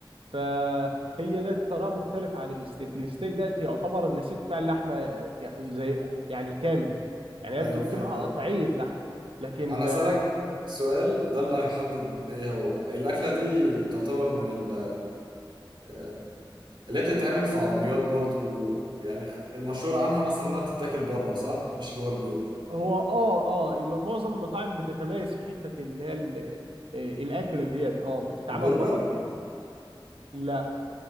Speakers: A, on the right (about 85°); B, on the right (about 60°).
A: فهي ده طريقه مختلفه عن الستيك الستيك ده يعتبر النسيج بتاع اللحمه يع- زي يعني كامل يعني هي
B: أيوة
A: بت- بتبقى
B: فهمتك
A: قطعيه لحم لكن
B: أنا أسألك
A: آه،
B: سؤال ده اللي هيحدد إيه هو الأكلة دي تعتبر من ال- آه، اللي هي بتتعمل في عربيات برضو يعني المشهور عنها مثلا إنها بتتاكل بره صح مش جوه البيت
A: هو اه اه معظم المطاعم بتتميز في حته اللي هي ال- آه، الاكل ديت اه بتتعمل
B: البرجر
A: بره كتير لا